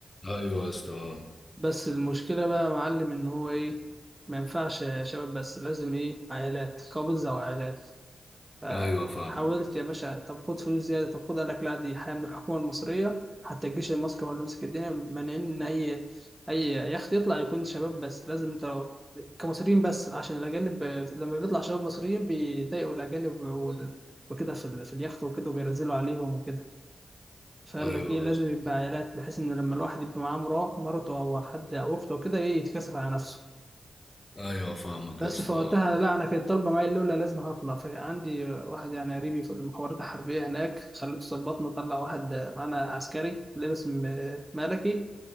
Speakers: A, on the left; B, on the right.
A: ايوه يا اسطى آه.
B: بس المشكلة بقى يا معلم إن هو إيه ما ينفعش شباب بس لازم إيه عائلات كابلز أو عائلات فحاولت
A: ايوه فاهم
B: يا باشا طب خد فلوس زيادة طب خد قال لك لا دي حاجة من الحكومة المصرية حتى الجيش المصري هو اللي ماسك الدنيا مانعين إن أي أي يخت يطلع يكون شباب بس لازم أنت كمصريين بس عشان الأجانب آه، لما بيطلع شباب مصريين بيضايقوا الأجانب وال- وكده في, ال- في اليخت وكده وبينزلوا عليهم وكده فقال
A: ايوه
B: لك إيه لازم
A: يا اسطى
B: يبقى عائلات بحيث إن لما الواحد يبقى معاه مرا- مرته أو حد أو أخته وكده إيه يتكسف على نفسه
A: ايوه فاهمك
B: بس
A: يا اسطى
B: فوقتها لا انا كانت طالبه معايا الاولى لازم هطلع فعندي واحد يعني قريبي في المخابرات الحربيه هناك خليته ظبطنا طلع واحد معانا عسكري لابس م- ملكي